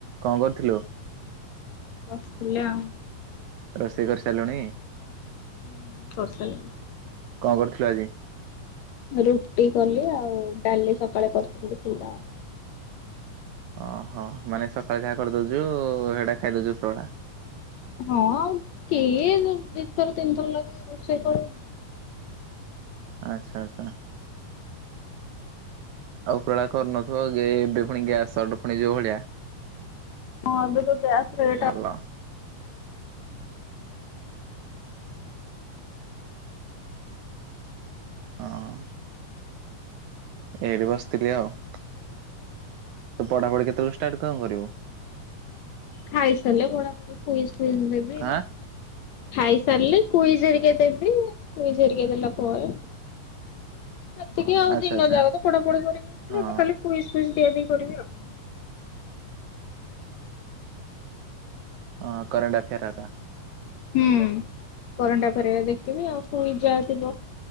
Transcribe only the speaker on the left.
ବସଥିଲେ ଆଉ।
ହୁଁ କରସାଇଲିଣି।
ରୁଟି କଲି ଆଉ ଡାଲି ସକାଳେ କରିଥିଲି ଥିଲା।
ହଁ ଆଉ କିଏ ଯୋଉ ଦିଥର ତିନଥର ଲାଗି ରୋଷେଇ କରିବ।
ହଁ ଏବେ ତ ଗ୍ୟାସ
ରେଟ୍
ଆଉ
ଖାଇସାରିଲେ ପଢାପଢି କୁଇଜ୍ ଫୁଇଜ ଦେବି।
ଖାଇସାରିଲେ କୁଇଜ ହେରିକା ଦେବି କୁଇଜ ହେରିକା ଦେଲା ପରେ ସେତିକି ଆଉ
ଦିନ
ଯାକ ତ ପଢାପଢି କରିକି ଆସିଲ
ଏବେ ଖାଲି କୁଇଜ୍ କୁଇଜ ଦିଆଦେଇ କରିବି ଆଉ
ହୁଁ କରେଣ୍ଟଆଫେୟାର୍ ହେରିକା ଦେଖିବି ଆଉ କୁଇଜ୍ ଯାହା ଥିବ